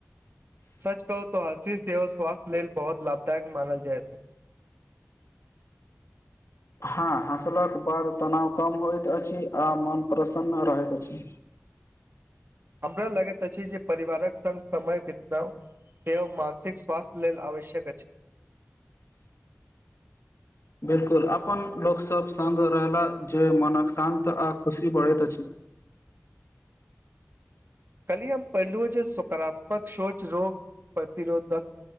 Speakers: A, on the right; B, on the left.
A: सच कहू तऽ हँसी सेहो स्वास्थ्य लेल बहुत लाभदायक मानल जायत अछि
B: हँ हँसलाक बाद तनाव कम होइत अछि आ मोन प्रसन्न रहैत अछि
A: हमरा लगैत अछि जे परिवारक संगङग समय बिताउ से मानसिक स्वास्थ्य लेल आवश्यक अछि
B: बिलकुल अपन लोकसभ सङ्ग रहलाह जे मनक शान्त आ खुशी बढ़ैत अछि
A: कली हम पढ़लु जे सकारात्मक सोच रोग प्रतिरोधक